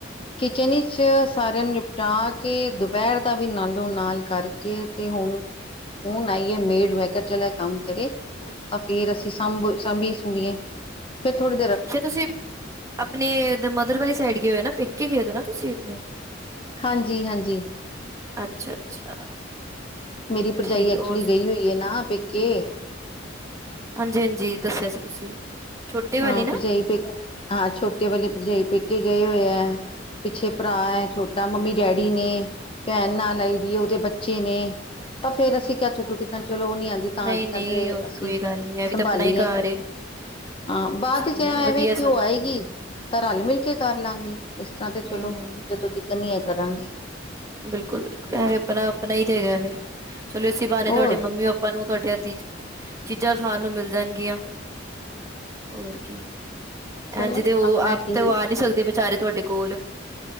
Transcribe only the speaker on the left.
ਕਿਚਨ ਵਿੱਚ ਸਾਰਿਆਂ ਨੂੰ ਨਿਪਟਾ ਕੇ ਦੁਪਹਿਰ ਦਾ ਵੀ ਨਾਲੋਂ ਨਾਲ ਕਰਕੇ ਤੇ ਹੁਣ ਹੁਣ ਆਈਏ ਮੇਡ ਮੈਂ ਕਿਹਾ ਚਲ ਐ ਕੰਮ ਕਰੇ। ਤਾਂ ਫੇਰ ਅਸੀਂ ਸਾਂਭ ਸਾਂਭੀਏ ਸੁੰਬੀਏ ਫੇਰ ਥੋੜੇ
ਹਾਂਜੀ, ਹਾਂਜੀ।
ਮੇਰੀ ਭਰਜਾਈ
ਐਕਚੁਲੀ
ਗਈ ਹੋਈ ਐ ਨਾ ਪੇਕੇ
ਹਾਂ
ਭਰਜਾਈ ਪੇ ਹਾਂ ਛੋਟੇ ਵਾਲੇ ਭਰਜਾਈ ਪੇਕੇ ਗਏ ਹੋਏ ਐ ਪਿੱਛੇ ਭਰਾ ਐ ਛੋਟਾ ਮੰਮੀ, ਡੈਡੀ ਨੇ ਭੈਣ ਨਾਲ ਆਈ ਦੀ ਐ ਉਹਦੇ ਬੱਚੇ ਨੇ ਤਾਂ ਫੇਰ ਅਸੀਂ ਕਿਹਾ ਜਦੋਂ ਤੀਕਰ ਚਲੋ ਉਹ ਨੀ ਆਂਦੀ ਤਾਂ
<unintelligible>
ਅਸੀਂ
ਸੰਭਾਲੀਏ।
ਹਾਂ ਬਾਅਦ
ਚ ਐਵੇਂ
ਕਿ ਉਹ ਆਏਗੀ ਤਾਂ ਰਲ -ਮਿਲ ਕੇ ਕਰਲਾਗੇ। ਇਸ ਤਰ੍ਹਾਂ ਤੇ
ਚਲੋ
ਜਦੋਂ ਤਿਕਰ ਨਈ ਹੈ ਕਰਾਂਗੇ।
ਹੋਰ
ਚਲੋ
ਆਪਣਾ
ਠੀਕ